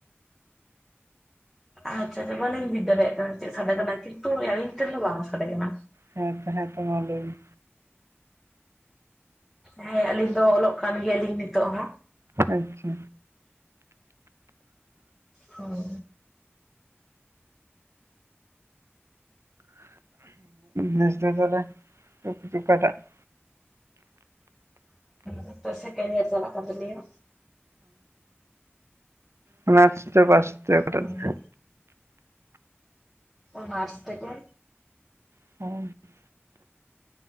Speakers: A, in the centre; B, on the right (about 80°).
A: ᱟᱪᱪᱷᱟ ᱟᱪᱪᱷᱟ ᱵᱟᱹᱞᱤᱧ ᱵᱩᱡ ᱫᱟᱲᱮᱭᱟᱜ ᱠᱟᱱᱟ ᱪᱮᱫ ᱥᱟᱰᱮ ᱠᱟᱱᱟᱭ ᱠᱤᱱᱛᱩ ᱟᱹᱞᱤᱧ ᱴᱷᱮᱱ ᱫᱚ ᱵᱟᱝ ᱥᱟᱰᱮ ᱠᱟᱱᱟ᱾
B: ᱦᱮᱸ ᱛᱚ ᱦᱮᱸ ᱛᱚ ᱢᱟ ᱞᱟᱹᱭ ᱵᱤᱱ᱾
A: ᱦᱮᱸ ᱟᱹᱞᱤᱧ ᱫᱚ ᱚᱞᱚᱜ ᱠᱟᱱ ᱜᱮᱭᱟᱞᱤᱧ ᱱᱤᱛᱚᱜ ᱦᱚ᱾
B: ᱟᱪᱪᱷᱟ
A: ᱦᱩ᱾
B: ᱱᱤᱥ ᱫᱚ ᱛᱟᱦᱮᱞᱮ ᱴᱚᱯᱤᱠ ᱚᱠᱟ ᱴᱟᱜ <inaudible>
A: ᱦᱩ ᱛᱚ ᱥᱮᱠᱮᱱᱰ ᱤᱭᱟᱨ ᱪᱟᱞᱟᱜ ᱠᱟᱱ ᱛᱟᱞᱤᱧᱟ᱾
B: ᱚᱱᱟᱨᱥ ᱛᱮ ᱥᱮ ᱯᱟᱥ ᱛᱮ ᱚᱠᱟᱴᱟᱜ?
A: ᱦᱳᱭ ᱚᱱᱟᱨᱥ ᱛᱮᱜᱮᱼᱼ
B: <inaudible>